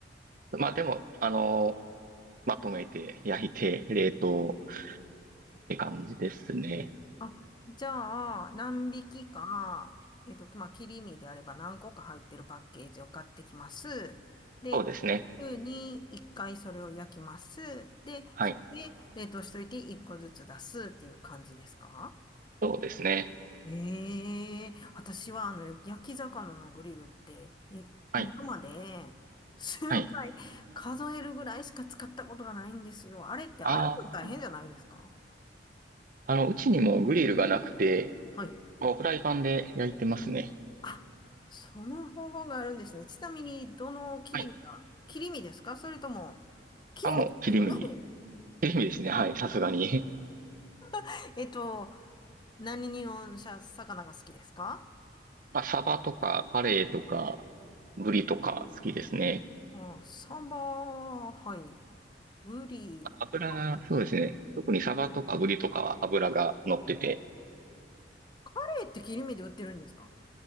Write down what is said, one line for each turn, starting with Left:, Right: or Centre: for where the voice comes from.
Right: まあ、でも、あのーまとめて、焼いて、冷凍って感じですね。
Left: あ、じゃあ、何匹か、えっと、まあ、切り身であれば何個か入ってるパッケージを買ってきます。で、
Right: そうですね。
Left: 週に1回それを焼きます。で、
Right: はい。
Left: それで冷凍しといて1個ずつ出すっていう感じですか
Right: そうですね。
Left: ええー私はあの、焼き魚のグリルって、い、今まで数回数えるぐらいしか使ったことがないんですよ。
Right: はい。はい。
Left: あれって洗うの大変じゃないですか
Right: あーうんあの、うちにもグリルがなくて、
Left: はい。
Right: もうフライパンで焼いてますね。
Left: あ、その方法があるんですね。ちなみに、どの切り身が、
Right: はい。
Left: 切り身ですかそれとも、切り身ですよね。
Right: あ、もう切り身。切り身ですね。はい。さすがに。
Left: <laughs> えっと、何にのしゃ魚が好きですか
Right: <laughs> まあ、サバとか、カレイとか、ブリとか好きですね。
Left: あ、サバ、はい。ブリ、
Right: 油が、
Left: はい。
Right: そうですね。特にサバとかブリとかは油が乗ってて。
Left: カレーって切り身で売ってるんですか